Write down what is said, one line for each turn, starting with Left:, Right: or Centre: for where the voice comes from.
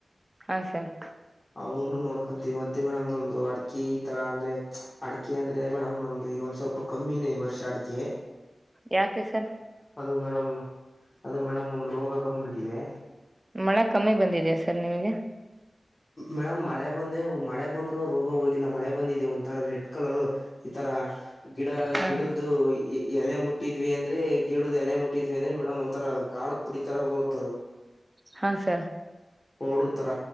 Right: ಹಾ ಸರ್.
Left: ಅವನ ನೋಡ್ಕೊಂತೀವಿ ಮತ್ತೆ ಮೇಡಮ್ ನಮ್ದು ಅಡಿಕಿ ತರ ಅಂದ್ರೆ ಅಡಿಕೆ ಅಂದ್ರೆ ಮೇಡಮ್ ನಮ್ದ ಈಗ ಒಂದ ಸ್ವಲ್ಪ ಕಮ್ಮಿನೇ ಈ ವರ್ಷ ಅಡಿಕಿ.
Right: ಯಾಕೆ ಸರ್.
Left: ಅದು ಮೇಡಮ್ ಅದೆ ಮೇಡಮ್ ಒಂದು ರೋಗ ಬಂದ್ಬಿಟ್ಟಿದೆ.
Right: ಮಳೆ ಕಮ್ಮಿ ಬಂದಿದೆ ಸರ್ ನಿಮಗೆ
Left: ಮೇಡಮ್ ಮಳೆ ಬಂದೆ ಮಳೆ ಬಂದ್ರು ರೋಗ ಹೋಗಿಲ್ಲ ಮಳೆ ಬಂದಿದೆೇ ಒಂತ ರೇಟ್ ಕಲರ್ ಈ ತರ ಗಿಡ
Right: ಹ
Left: ಗಿಡಕ್ಕ ಇದು ಎಲೆ ಮುಟ್ಟಿದ್ವಿ ಅಂದ್ರೆ ಗಿಡದ ಎಲೆ ಮುಟ್ಟಿದ್ವಿ ಅಂದ್ರೆ ಮೇಡಮ್ ಒಂಥರ ಕಾರದ ಪುಡಿತರ ಬರುತ್ತ <inaudible>
Right: ಹಾ ಸರ್
Left: ಪೌಡರ್ ತರ